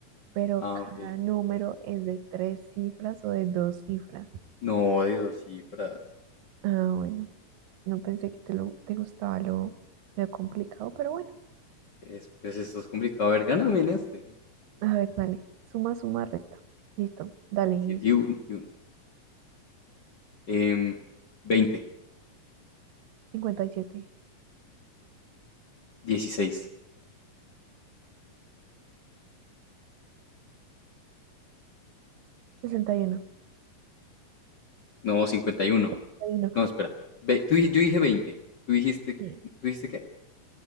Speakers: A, on the right; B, on the left.
A: Pero
B: Ah,
A: cada
B: ok.
A: número es de tres cifras o de dos cifras.
B: No, de dos cifras.
A: Ah, bueno. No pensé que te, lo, te gustaba lo, lo complicado, pero bueno.
B: Pues, pues esto es complicado. A ver, gáname en este.
A: A ver, dale. Suma, suma, resta. Listo. Dale, inicia.
B: Sí, di un, di un. Em, 20,
A: Cincuenta y y siete,
B: 16,
A: sesenta sesenta uno,
B: no, 51.
A: sesenta y uno.
B: No, espera. Ve- tú di- yo dije 20. Tú dijiste,
A: Sí.
B: ¿tú dijiste qué?